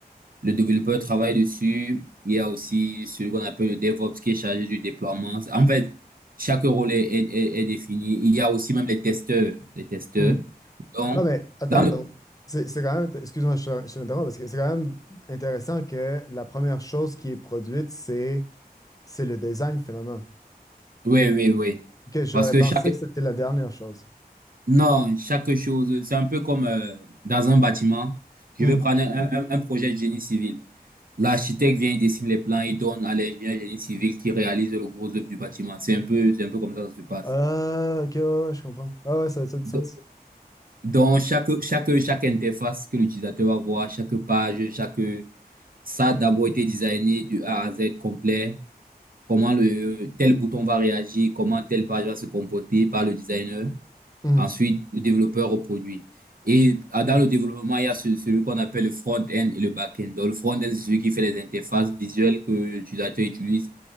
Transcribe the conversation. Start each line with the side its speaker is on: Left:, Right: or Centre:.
Right: Le développeur travaille dessus. Il y a aussi celui qu'on appelle le DevOps qui est chargé du déploiement. En fait, chaque rôle est, est, est- est défini. Il y a aussi même les testeurs. Les testeurs.
Left: Hum.
Right: Donc,
Left: Ah, mais attends,
Right: dans le...
Left: donc, c'est c'est quand même, excuse-moi, je te je te l'interromps, parce que c'est quand même intéressant que la première chose qui est produite, c'est c'est le design finalement.
Right: Oui, oui, oui.
Left: Ok, j'aurais
Right: Parce que
Left: pensé
Right: chaque...
Left: que c'était la dernière chose.
Right: Non, chaque chose, c'est un peu comme euh, dans un bâtiment. Je
Left: Hmm.
Right: vais prendre un, un un projet de génie civil. L'architecte vient, il dessine les plans, il donne à l'ingénieur génie civil qui réalise le gros œuvre du bâtiment. C'est un peu, c'est un peu comme ça que ça se passe.
Left: Ah, ok, ouais, ouais, je comprends. Ah ouais, ça, ça a du sens.
Right: Do- Donc, chaque, chaque, chaque interface que l'utilisateur va voir, chaque page, chaque, ça a d'abord été designé du A à Z complet. Comment le, tel bouton va réagir, comment telle page va se comporter par le designer.
Left: Mhm.
Right: Ensuite, le développeur au produit. Et ah, dans le développement, il y a ce- celui qu'on appelle le front-end et le back-end. Donc, le front-end, c'est celui qui fait les interfaces visuelles que l'utilisateur utilise.